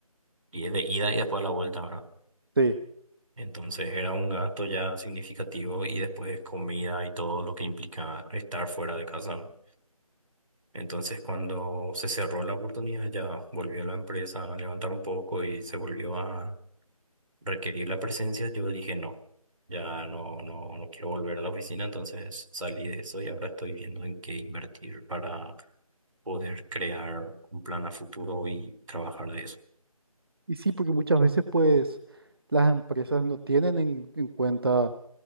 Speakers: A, on the right (about 60°); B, on the right (about 40°).
A: Y es de ida y después a la vuelta, ¿verdad?
B: Sí.
A: Entonces era un gasto ya significativo y después comida y todo lo que implica estar fuera de casa. Entonces cuando se cerró la oportunidad ya volvió la empresa a levantar un poco y se volvió a requerir la presencia, yo dije no, ya no, no, no quiero volver a la oficina, entonces salí de eso y ahora estoy viendo en qué invertir para poder crear un plan a futuro y trabajar de eso.
B: Y sí, porque muchas veces pues las empresas no tienen en, en cuenta